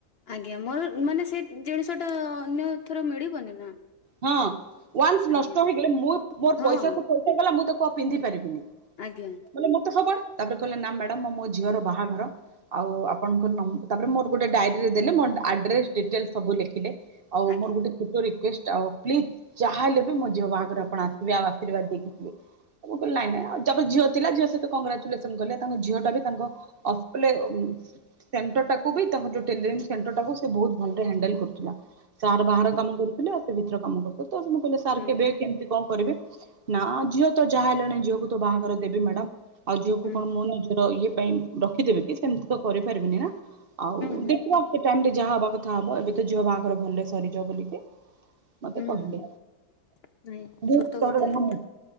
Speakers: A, on the left (about 55°); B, on the right (about 65°).
A: ଆଜ୍ଞା ମୋର ମାନେ ସେଇ ଜିନିଷ ଟା ଅନ୍ୟ ଥର ମିଳିବନି ନା।
B: ହଁ। ୱାନ୍ସ
A: ଆଜ୍ଞା।
B: ନଷ୍ଟ ହେଇଗଲେ ମୁଁ ମୋର
A: ହଁ
B: ପଇସାକୁ ପଇସାଗଲା ମୁଁ ତା କ ପିନ୍ଧି ପାରିବିନି। ନହେଲେ
A: ଆଜ୍ଞା
B: ମୋତେ ସବୁ ତାପରେ କହିଲେ ନା ମ୍ୟାଡ଼ାମ ମୋ ମୋ ଝିଅର ବାହାଘର ଆଉ ଆପଣଙ୍କ ନଂ ତାପରେ ମୋର ଗୋଟେ ଡାଇରରିରେ ଦେଲେ ମୋ ଆଡ୍ରେସ ଡିଟେଲ ସବୁ ଲେଖିଲେ। ଆଉ
A: ଆଜ୍ଞା
B: ମୋର ଗୋଟେ ଛୋଟ ରିକୁଏଷ୍ଟ। ଆଉ ପ୍ଲିଜ ଯାହାହଲେ ବି ମୋ ଝିଅ ବାହାଘରେ ଆପଣ ଆସିବେ ଆଉ ଆଶୀର୍ବାଦ ଦେଇକି ଯିବେ। ମୁ କହିଲି ନାଇଁ ନାଇଁ ଯା ଝିଅ ଥିଲା ଝିଅ ସହିତ କଂଗ୍ରାଚୁଲେସନ କଲେ ତାଙ୍କ ଝିଅ ଟା ବି ତାଙ୍କ ଏସ ପୁ ଲେ ସେଣ୍ଟରାକୁ ବି ତାଙ୍କ ଟୋଟାଲି ସେନଟର ଟାକୁ ସେ ବହୁତ ଘଣ୍ଟି ହ୍ୟନଣ୍ଡଲ କରୁଥିଲା। ସାର
A: ହୁଁ
B: ବାହାର କାମ କରୁଥିଲ। ଭିତର କାମ କରୁ ତଁ କହିଲ ସାର୍
A: ହୁଁ
B: କେବେ କେମିତି କ କରିବେ ନା ଝିଅ ତ ଯାହା ହେଲାଣି ଝିଅକୁ ତ ବାହାଘର ଦେବି ମ୍ୟାଡାମ। ଆଉ ଝିଅକୁ
A: ହୁଁ
B: କଣ ମୋ ନିଜର ଇଏ। ପାଇଁ ରଖିଦେବିକି ସେମିତି ତ କରିପାରିବିନି ନା ଆଉ
A: ହୁଁ।
B: ଦେଖିବା ସେ ଟାଇମରେ। ଯାହା ହବା କଥା ହବ ଏବେ ତ ଝିଅ ବାହାଘର ଭଲରେ ସରିଯାଉ ବୋଲିକି। ମତେ
A: ହୁଁ
B: କହିଲେ।
A: ହୁଁ ନାଇଁ
B: <unintelligible>
A: ସତ କଥା ସେଟା